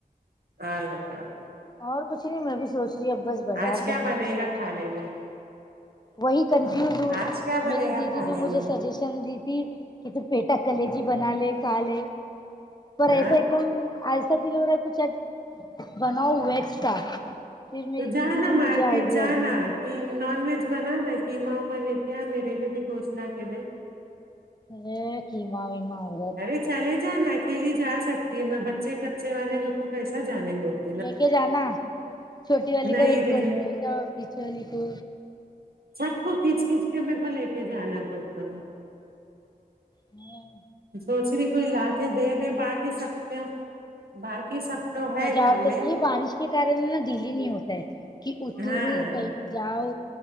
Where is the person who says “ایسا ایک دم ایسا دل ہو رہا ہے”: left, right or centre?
Left